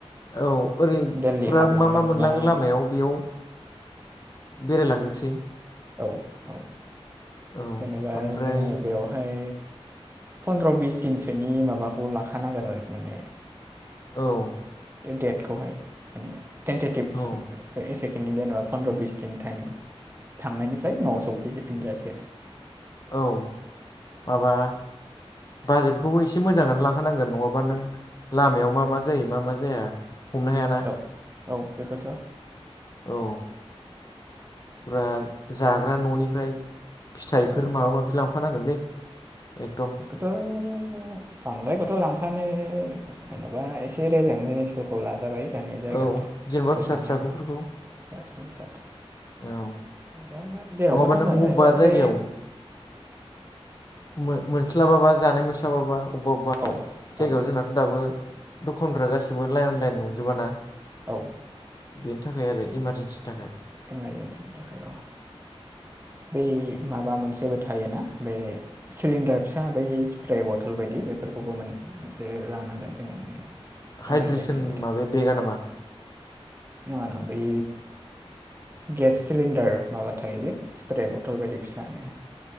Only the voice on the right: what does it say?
दिल्ली
हाबलांगोन
बा
औ औ
जेन'बा
जोङो बेवहाय फनन्द्र' बिस दिनसोनि माबाखौ लाखानांगोन आरो माने
डेटखौहाय माने टेेनटेटिभ
एसे बिनि जेने'बा पन्द्र बिस दिन टाइम थांनायनिफ्राय न'आव सौफैजोबफिनजासे
औ औ बेखौथ'
औ
बेथ' बांद्रायखौथ' लांफानो जेन'बा एसे रोेजें जिनिसफोरखौ लाजाबाय। गोजाननि जायगाथ
सोजानाय
मानो <unintelligible> थ जाथ'
जेनबा जेरावबोथ'
मोनो
ओमफ्राय
औ
औ
औ
इमारजेेनसिनि थाखाय औ
बै माबा मोनसेबो थायोना बे सिलिणडार फिसा बै स्प्रे बथल बायदि बेफोर फोरखौबो मोनसे लानांगोन जोङो माने
इमारजेन्सिनि थाखाय
खान बे गेस सिलिन्दार माबा थायो जे स्प्रे बथल बायदि फिसानो